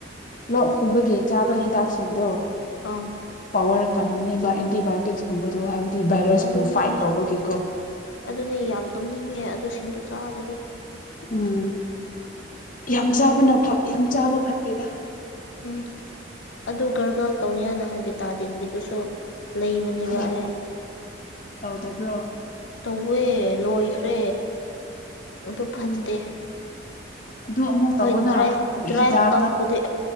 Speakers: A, on the left; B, on the left.
A: ꯂꯣꯛ ꯍꯨꯕꯒꯤ ꯆꯥꯕ ꯍꯤꯗꯥꯛꯁꯤꯡꯗꯣ
B: ꯑꯥ
A: ꯄꯋꯥꯔ ꯀꯟꯕꯅꯦꯕ ꯑꯦꯟꯇꯤꯕꯥꯏꯌꯣꯇꯤꯛꯁꯀꯨꯝꯕꯗꯨ ꯍꯥꯏꯕꯗꯤ ꯚꯥꯏꯔꯁꯄꯨ
B: ꯑꯗꯨꯅꯦ
A: ꯐꯥꯏꯠ ꯇꯧꯕꯒꯤꯀꯣ
B: ꯑꯗꯨꯅꯦ ꯌꯥꯝ ꯇꯨꯝꯅꯤꯡꯉꯦ ꯑꯗꯨ ꯁꯤꯡꯗꯨ ꯆꯥꯔꯗꯤ
A: ꯎꯝ ꯌꯥꯝ ꯆꯥꯕꯅ ꯌꯥꯝ ꯆꯥꯕ ꯐꯠꯇꯦꯗ
B: ꯎꯝ ꯑꯗꯨ ꯒꯔꯒꯜ ꯇꯧꯅꯤꯌꯥ ꯅꯍꯥꯟ ꯚꯤꯇꯥꯗꯤꯟꯒꯤꯗꯨꯁꯨ ꯂꯩꯕꯅꯦꯕ
A: ꯎꯝ
B: ꯑꯦ
A: ꯇꯧꯗꯕ꯭ꯔꯣ
B: ꯇꯧꯋꯦ ꯂꯣꯏꯈ꯭ꯔꯦ ꯑꯗꯨ ꯐꯠꯇꯦ
A: ꯎꯝ ꯑꯗꯨ ꯑꯃꯨꯛ
B: ꯍꯣꯏ
A: ꯇꯧꯑꯣꯅ
B: ꯗ꯭ꯔꯥꯏ ꯗ꯭ꯔꯥꯏꯚ
A: ꯍꯤꯗꯥꯛ
B: ꯀꯥꯐꯄꯗꯤ
A: ꯅꯠ